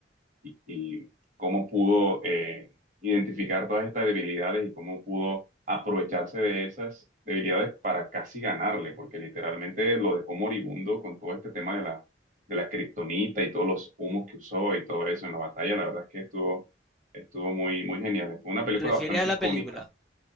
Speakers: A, on the right; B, in the centre.
A: y, y cómo pudo eh, identificar todas estas debilidades y cómo pudo aprovecharse de esas debilidades para casi ganarle, porque literalmente lo dejó moribundo con todo este tema de la, de la kriptonita y todos los humos que usó y todo eso en la batalla. La verdad es que estuvo, estuvo muy, muy genial. Fue una película
B: ¿Te refieres
A: bastante
B: a la
A: icónica.
B: película?